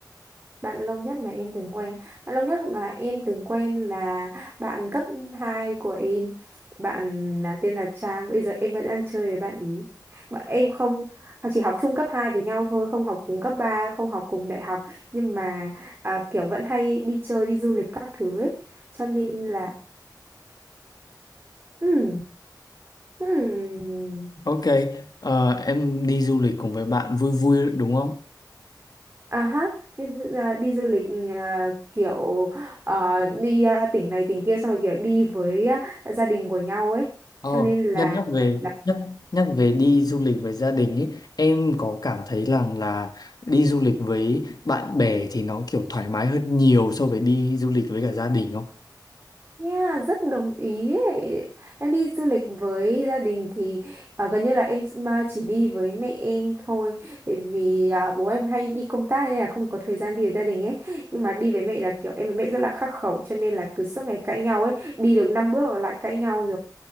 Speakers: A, on the right; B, on the left.
A: Bạn lâu nhất mà em từng quen Bạn lâu nhất mà em từng quen là bạn cấp 2 của em Bạn là tên là Trang Bây giờ em vẫn đang chơi với bạn ý Bạn em không à, chỉ học chung cấp 2 với nhau thôi Không học cùng cấp 3, không học cùng đại học Nhưng mà à, kiểu vẫn hay đi chơi, đi du lịch các thứ ấy Cho nên là Ừm, ừm.
B: ok ờ, em đi du lịch cùng với bạn vui vui đúng không
A: À ha, đi, du- à, đi du lịch à, kiểu à, đi à, tỉnh này tỉnh kia xong rồi kiểu đi với à, gia đình của nhau ấy.
B: Ờ,
A: Cho nên là
B: nhân nhắc về
A: là
B: nhắc nhắc về đi du lịch với gia đình ấy, em có cảm thấy rằng là đi du lịch với bạn bè thì nó kiểu thoải mái hơn nhiều so với đi du lịch với cả gia đình không?
A: yeah, rất đồng ý ấy. Em đi du lịch với gia đình thì à, gần như là em chỉ- mà chỉ đi với mẹ em thôi. Tại vì à, bố em hay đi công tác nên là không có thời gian đi với gia đình ấy. Nhưng mà đi với mẹ là kiểu em với mẹ rất là khắc khẩu cho nên là cứ suốt ngày cãi nhau ấy. Đi được 5 bước là lại cãi nhau